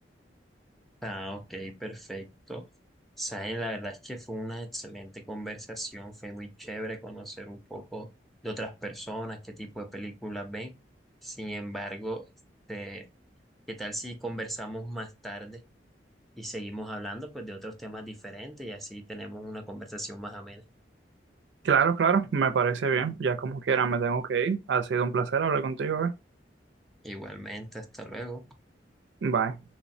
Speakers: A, in the centre; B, on the right.
A: Ah, ok, perfecto. Saben, la verdad es que fue una excelente conversación, fue muy chévere conocer un poco de otras personas, qué tipo de películas ven. Sin embargo, este, ¿qué tal si conversamos más tarde y seguimos hablando pues de otros temas diferentes y así tenemos una conversación más amena?
B: Claro, claro, me parece bien. Ya como quiera me tengo que ir. Ha sido un placer hablar contigo, eh.
A: Igualmente, hasta luego.
B: Bye.